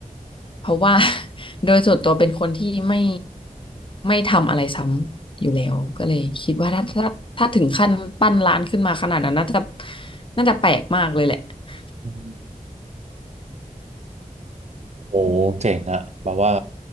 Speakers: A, on the left; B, on the right.
A: เพราะว่า <laughs> โดยส่วนตัวเป็นคนที่ไม่ไม่ทำอะไรซ้ำอยู่แล้ว ก็เลยคิดว่าถ้าถ้าถ้าถึงขั้นปั้นร้านขึ้นมาขนาดนั้นน่าจะน่าจะแปลกมากเลยแหละ <laughs>
B: อืมโอ้เจ๋งอะแบบว่า